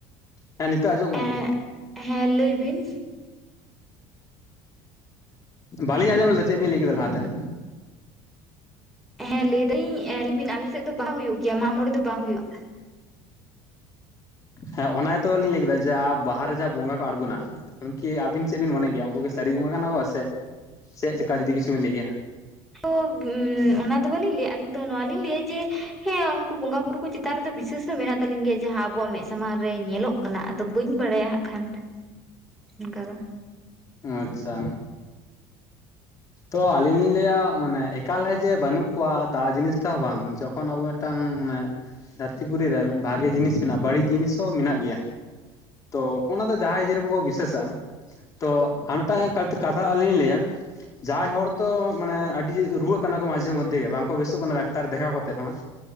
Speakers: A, on the left; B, in the centre.
A: ᱦᱮᱸ ᱱᱤᱛᱚᱜ ᱟᱸᱡᱚᱢᱚᱜ
B: ᱮᱸ
A: ᱠᱟᱱᱟ ᱞᱟᱹᱭᱵᱤᱱ?
B: ᱦᱮᱸ ᱞᱟᱹᱭ ᱵᱤᱱ?
A: ᱵᱟᱹᱞᱤᱧ ᱟᱸᱡᱚᱢ ᱞᱮᱫᱟ ᱪᱮᱫ ᱵᱤᱱ ᱞᱟᱹᱭ ᱠᱮᱫᱟ ᱞᱟᱦᱟᱛᱮ?
B: ᱦᱮᱸ ᱞᱟᱹᱭ ᱫᱟᱹᱧ ᱵᱤᱱ ᱟᱞᱮᱥᱮᱫ ᱫᱚ ᱵᱟᱦᱟ ᱦᱩᱭᱩᱜ ᱜᱮᱭᱟ ᱢᱟᱜ ᱢᱚᱬᱮ ᱫᱚ ᱵᱟᱝ ᱦᱩᱭᱩᱜᱼᱟ᱾
A: ᱦᱮᱸ ᱚᱱᱟ ᱜᱮᱛᱚ ᱞᱤᱧ ᱞᱟᱹᱭ ᱠᱮᱫᱟ ᱡᱟ ᱵᱟᱦᱟ ᱨᱮ ᱡᱟᱦᱟᱸ ᱵᱚᱸᱜᱟ ᱠᱚ ᱟᱬᱜᱚ ᱱᱟ᱾ ᱩᱱᱠᱤ ᱟᱹᱵᱤᱱ ᱪᱮᱫ ᱵᱤᱱ ᱢᱚᱱᱮ ᱜᱮᱭᱟ ᱩᱱᱠᱩ ᱠᱤ ᱥᱟᱹᱨᱤ ᱵᱚᱸᱜᱟ ᱠᱟᱱᱟᱠᱚ ᱥᱮ ᱪᱮᱫ ᱞᱮᱠᱟ ᱡᱩᱫᱤ ᱠᱤᱪᱷᱩ ᱵᱤᱱ ᱞᱟᱹᱭ ᱠᱮᱭᱟ?
B: ᱛᱚ ᱚᱱᱟ ᱫᱚ ᱵᱟᱞᱤᱧ ᱞᱟᱹᱭᱟ ᱟᱞᱤᱧ ᱫᱚ ᱱᱚᱣᱟᱞᱤᱧ ᱞᱟᱹᱭᱟ ᱡᱮ ᱦᱮᱸ ᱩᱱᱠᱩ ᱵᱚᱸᱜᱟ ᱵᱩᱨᱩ ᱠᱚᱼᱼ ᱪᱮᱛᱟᱱ ᱨᱮᱫᱚ ᱵᱤᱥᱮᱥ ᱫᱚ ᱢᱮᱱᱟᱜ ᱛᱟᱞᱤᱧ ᱜᱮᱭᱟ ᱡᱟᱦᱟᱸ ᱟᱵᱚᱣᱟᱜ ᱢᱮᱫ ᱥᱟᱢᱟᱝ ᱨᱮ ᱧᱮᱞᱚᱜ ᱠᱟᱱᱟ ᱟᱫᱚᱼᱼ ᱵᱟᱹᱧ ᱵᱟᱲᱟᱭᱟ ᱦᱟᱸᱜ ᱠᱷᱟᱱ ᱚᱱᱠᱟ ᱫᱚ᱾
A: ᱟᱪᱪᱷᱟ᱾ ᱛᱚ ᱟᱞᱤᱧ ᱞᱤᱧ ᱞᱟᱹᱭᱟ ᱢᱟᱱᱮ ᱮᱠᱟᱞ ᱦᱮ ᱡᱮ ᱵᱟᱹᱱᱩᱜ ᱠᱚᱣᱟ ᱛᱟ ᱡᱤᱱᱤᱥ ᱛᱟ ᱦᱚ ᱵᱟᱝ ᱡᱚᱠᱷᱚᱱ ᱟᱵᱚ ᱢᱤᱫ ᱴᱟᱝ ᱢᱟᱱᱮ ᱫᱷᱟᱹᱨᱛᱤ ᱯᱩᱨᱤ ᱨᱮ ᱵᱷᱟᱜᱮ ᱡᱤᱱᱤᱥ ᱢᱮᱱᱟᱜᱼᱟ ᱵᱟᱹᱲᱤᱡ ᱡᱤᱱᱤᱥ ᱦᱚᱸ ᱢᱮᱱᱟᱜ ᱜᱮᱭᱟ᱾ ᱛᱚ ᱚᱱᱟ ᱫᱚ ᱡᱟᱦᱟᱸᱭ ᱤᱭᱟᱹ ᱨᱮᱠᱚ ᱠᱚ ᱵᱤᱥᱟᱹᱥᱟᱜᱼᱟ᱾ ᱛᱚ ᱟᱨ ᱢᱤᱫ ᱴᱟᱝ ᱠᱟ ᱠᱟᱛᱷᱟ ᱟᱹᱞᱤᱧ ᱞᱤᱧ ᱞᱟᱹᱭᱟ᱾ ᱡᱟᱦᱟᱸᱭ ᱦᱚᱲ ᱛᱚ ᱢᱟᱱᱮ ᱟᱹᱰᱤ ᱨᱩᱣᱟᱹᱜ ᱠᱟᱱᱟ ᱠᱚ ᱢᱟᱡᱷᱮ ᱢᱚᱫᱽᱫᱷᱮ ᱜᱮ ᱵᱟᱝᱠᱚ ᱵᱮᱥᱚᱜ ᱠᱟᱱᱟ ᱰᱟᱠᱛᱟᱨ ᱫᱮᱠᱷᱟᱣ ᱠᱟᱛᱮ ᱨᱮᱦᱚᱸ